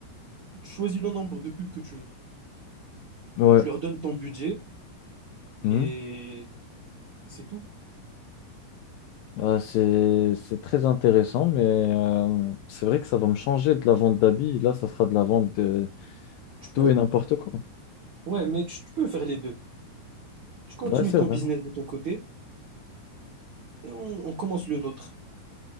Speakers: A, on the right (about 70°); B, on the left (about 80°).
A: tu choisis le nombre de pubs que tu veux.
B: Ouais.
A: Tu leur donnes ton budget
B: Mhm.
A: et c'est tout.
B: Ah, c'est c'est très intéressant, mais euh, c'est vrai que ça va me changer de la vente d'habits. Là, ça sera de la vente de
A: Tu peux.
B: tout et n'importe quoi.
A: Ouais, mais tu tu peux faire les deux. Tu continues
B: Ouais, c'est
A: ton
B: vrai.
A: business de ton côté et on, on commence le nôtre.